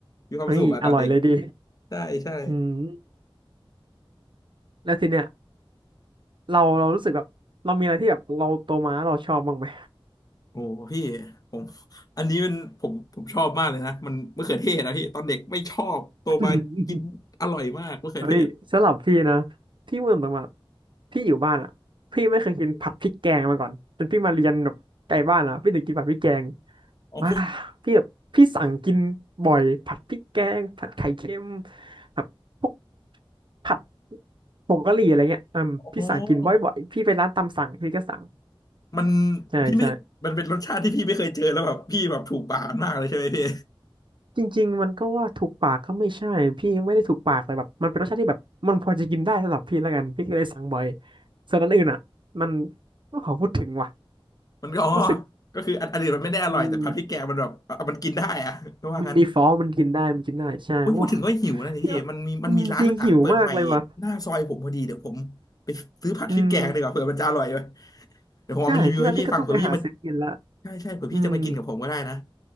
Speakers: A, on the left; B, on the right.
A: มีความสุขอะตอนเด็ก
B: เฮ้ยอร่อยเลยดิ
A: ใช่ใช่
B: อืมแล้วทีเนี้ยเราเรารู้สึกแบบเรามีอะไรที่แบบเราโตมาแล้วเราชอบบ้างไหม
A: โอ้พี่ผมอันนี้เป็นผมผมชอบมากเลยนะมันมะเขือเทศนะพี่ตอนเด็กไม่ชอบโตมากินอร่อยมากมะเขือเทศ
B: <laughs> เฮ้ยสำหรับพี่นะ พี่เมื่อตรงมาพี่อยู่บ้านอ่ะพี่ไม่เคยกินผัดพริกแกงมาก่อน จนพี่มาเรียนแบบไกลบ้านอ่ะพี่ถึงกินผัดพริกแกง
A: อ๋อ
B: ว้าพี่แบบพี่สั่งกินบ่อยผัดพริกแกงผัดไข่เค็มแบบพวกผัดผงกะหรี่อะไรเงี้ยอืมพี่สั่งกินบ่อยๆพี่ไปร้านตามสั่งพี่ก็สั่ง
A: อ๋อมัน
B: ใช่ใช่
A: พี่ไม่มันเป็นรสชาติที่พี่ไม่เคยเจอแล้วแบบพี่แบบถูกปากมันมากเลยใช่ไหมพี่
B: จริงๆมันก็ว่าถูกปากก็ไม่ใช่พี่ไม่ได้ถูกปากเลยแบบมันเป็นรสชาติที่แบบมันพอจะกินได้สำหรับพี่แล้วกันพี่ก็เลยสั่งบ่อยส่วนอันอื่นอ่ะมันไม่ขอพูดถึงว่ะ
A: มันก็อ๋อ
B: รู้สึก
A: ก็คืออันอันอื่นมันไม่ได้อร่อยแต่ผัดพริกแกงมันแบบเอามันกินได้อะก็ว่างั้น
B: อืมมันมีฟอสมันกินได้มันกินได้ใช่โอ้
A: อุ้ยพูดถึงก็หิวนะนี่พี่มันมีมันมีร้านอาหารเปิดใหม่หน้าซอยผมพอดีเดี๋ยวผมไปซื้อผัดพริกแกงดีกว่าเผื่อมันจะอร่อยเลย
B: พี่ว่าอืมจริงหิวมากเลยว่ะอืม
A: เดี๋ยวผมเอามารีวิวให้พี่ฟังเผื่อพี่มา
B: ใช่พี่ว่าพี่ก็ต้องไปหาซื้อกินละ
A: ใช่ใช่เผื่อพี่จะมากินกับผมก็ได้นะ
B: อืม